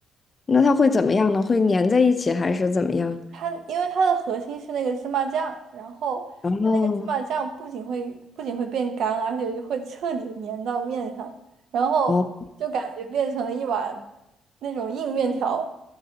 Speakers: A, on the left; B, on the right.
A: 那它会怎么样呢？会粘在一起还是怎么样？
B: 它因为它的核心是那个芝麻酱，然后它那个芝麻酱不仅会不仅会变干，
A: 哦
B: 而且就会彻底地粘到面上，然后就感觉变成了一碗
A: 哦
B: 那种硬面条。